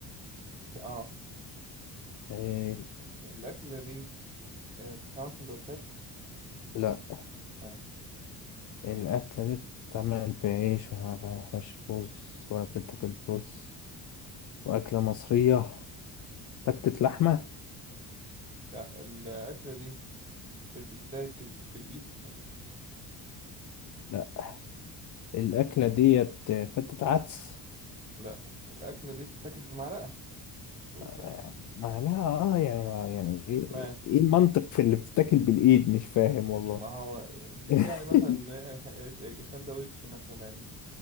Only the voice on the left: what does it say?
حلو.
لا
الأكلة دي بتتعمل بعيش وما فيهاش رز ولا بتتاكل برز وأكلة مصرية فتة لحمة
لا الأكلة ديت فتة عدس
آه،
ما لها اه يعني ما- يعني ايه
إيه المنطق في اللي بتتاكل بالإيد مش فاهم والله
<laughs>